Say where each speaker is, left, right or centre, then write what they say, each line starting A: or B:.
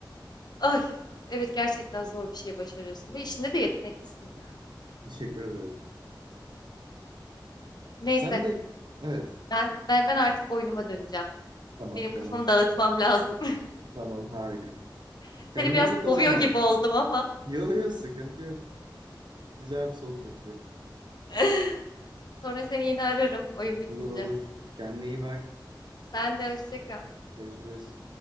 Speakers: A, on the left; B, on the right.
A: Ay evet gerçekten zor bir şey başarıyorsun ve işinde de yeteneklisin yani.
B: <laughs> Teşekkür ederim.
A: Neyse
B: Sen de evet.
A: ben ben ben artık oyunuma döneceğim.
B: Tamam
A: Benim kafamı
B: tamam.
A: dağıtmam lazım.
B: Tamam harika.
A: <laughs>
B: Kendine
A: Seni biraz
B: iyi bak
A: kovuyor
B: o zaman.
A: gibi oldum ama.
B: yok yok sıkıntı yok. Güzel bir sohbetti.
A: <laughs> Sonra seni yine ararım oyun bitince.
B: Olur olur. Kendine iyi bak.
A: Sen de hoşça kal.
B: Görüşürüz.